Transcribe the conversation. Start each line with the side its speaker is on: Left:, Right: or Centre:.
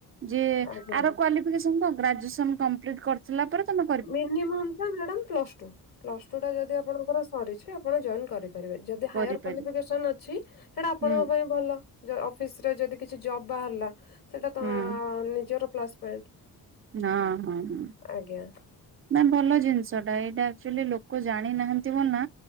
Right: ଯିଏ
Left: ଆଜ୍ଞା
Right: ଆର କ୍ଵାଲି <unintelligible> ଗ୍ରାଜୁଏସନ କପ୍ଲିଟ କରି ସଲା ପରେ ତମ
Left: ମିନିମମ୍ ଟା madam plus two? Plus two ଟା ଯଦି ଆପଣଙ୍କର ସରିଚି ଆପଣ ଜଏନ କରିପାରିବେ ଯଦି
Right: କରିପାରିବ
Left: ହାଇଅର କ୍ୱାଲିଫିକେସନ ଅଛି ହେଇଟା ଆପଣଙ୍କ
Right: ହୁଁ
Left: ପାଇଁ ଭଲ। ଅଫିସରେ ଯଦି କିଛି ଜବ୍ ବାହାରିଲା ସେଇଟା ତ
Right: ହୁଁ।
Left: ନିଜର ପ୍ଲସ୍ ପଏଣ୍ଟ।
Right: ହଁ ହଁ ହଁ।
Left: ଆଜ୍ଞା।
Right: ନା ଭଲ ଜିନିଷ ଟା ଏଇଟା ଆଚୁଲି ଲୋକ ଜାଣିନାହାନ୍ତି ବୋଲି ନା